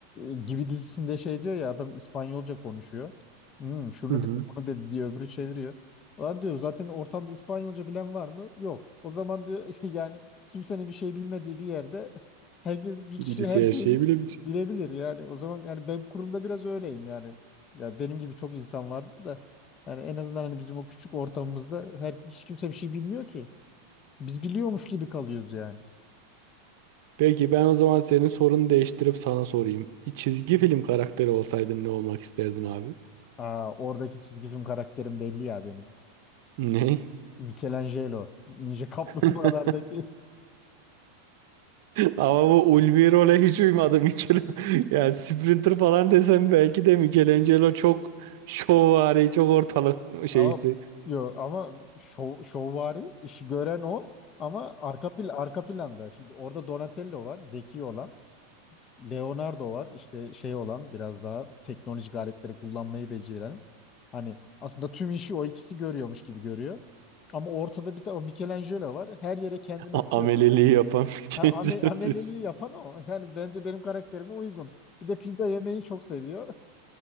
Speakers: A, on the left; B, on the right.
A: Ee, Gibi dizisinde şey diyor ya adam İspanyolca konuşuyor. Hmm, şunu
B: Hı hı.
A: dedi, bunu dedi diye öbürü çeviriyor. Lan diyor zaten ortamda İspanyolca bilen var mı? Yok. O zaman diyor <laughs> yani kimsenin bir şey bilmediği bir yerde <laughs> herkes bir
B: Birisi
A: kişi her şeyi
B: her şeyi
A: bi-
B: bilebilir.
A: bilebilir yani. O zaman yani ben kurumda biraz öyleyim yani. Ya benim gibi çok insan vardı da yani en azından hani bizim o küçük ortamımızda her hiç kimse bir şey bilmiyor ki. Biz biliyormuş gibi kalıyoruz yani.
B: Peki ben o zaman senin sorunu değiştirip sana sorayım. Bir çizgi film karakteri olsaydın ne olmak isterdin abi?
A: Aa, oradaki çizgi film karakterim belli ya benim.
B: Ne?
A: Michelangelo. Ninja Kaplumbağalardaki.
B: <laughs> Ama bu ulvi role hiç uymadı Michel. <laughs> Yani Sprinter falan desem belki de Michelangelo çok şovvari, çok ortalık şeysi.
A: Ama yo ama şov, şovvari işi gören o ama arka plan arka planda. Şimdi orada Donatello var, zeki olan. Leonardo var, işte şey olan, biraz daha teknolojik aletleri kullanmayı beceren. Hani aslında tüm işi o ikisi görüyormuş gibi görüyor. Ama ortada bir tane o Michelangelo var. Her yere kendini
B: A-
A: atıyor
B: ameleliği
A: böyle.
B: yapan <laughs>
A: Ha,
B: Michelangelo
A: ame- ameleliği
B: diyorsun.
A: yapan o. Yani bence benim karakterime uygun. Bir de pizza yemeyi çok seviyor.